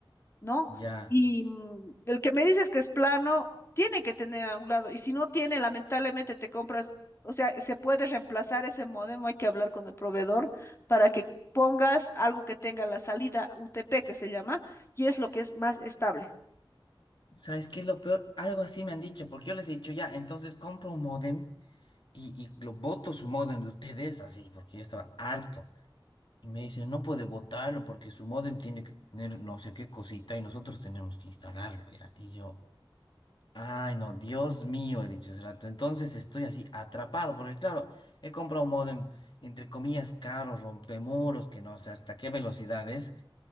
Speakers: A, on the left (about 30°); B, on the left (about 65°).
A: ¿no?
B: Ya.
A: Y mm, el que me dices que es plano, tiene que tener en algún lado, y si no tiene, lamentablemente te compras, o sea, se puede reemplazar ese modem, hay que hablar con el proveedor para que pongas algo que tenga la salida UTP, que se llama, y es lo que es más estable.
B: ¿Sabes qué es lo peor? Algo así me han dicho, porque yo les he dicho, ya, entonces compro un módem y, y lo voto su módem de ustedes así, porque yo estaba harto. Y me dicen, no puede votarlo porque su módem tiene que tener no sé qué cosita y nosotros tenemos que instalarlo, ya. Y yo, Ay, no, Dios mío, he dicho hace rato. Entonces estoy así atrapado, porque claro, he comprado un módem, entre comillas, caro, rompemuros, que no sé hasta qué velocidades.